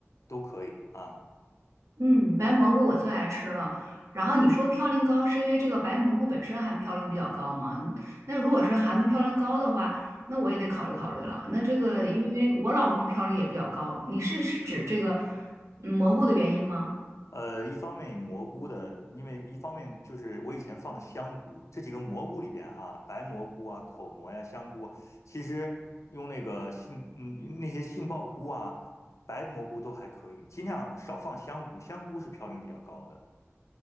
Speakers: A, on the left; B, on the right.
A: 都可以啊。
B: 嗯，白蘑菇我最爱吃了。然后你说嘌呤高是因为这个白蘑菇本身含嘌呤比较高吗？那如果是含嘌呤高的话，那我也得考虑考虑了。那这个因为我老公嘌呤也比较高，你是是指这个嗯蘑菇的原因吗？
A: 呃，一方面蘑菇的，因为一方面就是我以前放的香菇，这几个蘑菇里边哈，白蘑菇啊、口蘑呀、香菇，其实用那个杏，嗯，那些杏鲍菇啊、白蘑菇都还可以，尽量少放香菇，香菇是嘌呤比较高的。